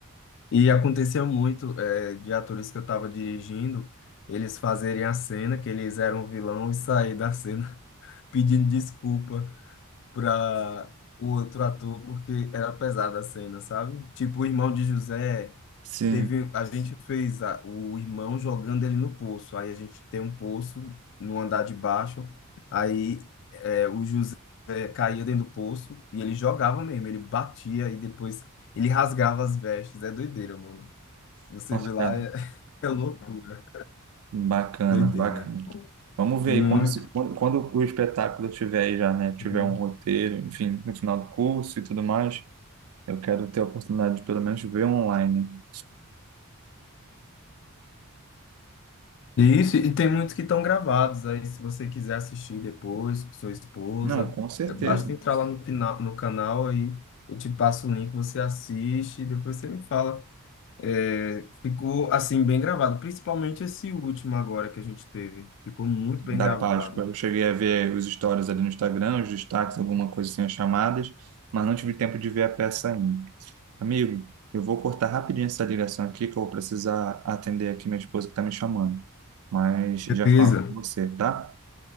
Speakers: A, on the left; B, on the right.
A: E aconteceu muito eh, de atores que eu estava dirigindo, eles fazerem a cena, que eles eram o vilão, e sair da cena <laughs> pedindo desculpa para o outro ator, porque era pesada a cena, sabe? Tipo, o irmão de José,
B: Sim.
A: teve, a gente fez a- o irmão jogando ele no poço, aí a gente tem um poço no andar de baixo, aí eh, o José caía dentro do poço e ele jogava mesmo, ele batia e depois ele rasgava as vestes. É doideira, mano. Você
B: Nossa,
A: vê lá,
B: cara,
A: é, <laughs> é loucura.
B: bacana,
A: Doideira.
B: bacana. Vamos ver
A: Muito.
B: aí, quando, se- quando, quando o espetáculo tiver aí já, né? Tiver
A: Uhum.
B: um roteiro, enfim, no final do curso e tudo mais, eu quero ter a oportunidade de pelo menos ver online.
A: E Isso, e tem muitos que estão gravados. Aí, se você quiser assistir depois com sua esposa,
B: Não, com certeza.
A: é, basta entrar lá no, quina- no canal, aí eu te passo o link, você assiste, e depois você me fala. É, ficou, assim, bem gravado, principalmente esse último agora que a gente teve. Ficou muito
B: da
A: bem gravado.
B: Páscoa. Eu cheguei a ver os stories ali no Instagram, os destaques, alguma coisa assim, as chamadas, mas não tive tempo de ver a peça ainda. Amigo, eu vou cortar rapidinho essa ligação aqui, que eu vou precisar atender aqui minha esposa que está me chamando. Mas já
A: Beleza.
B: falo com você, tá?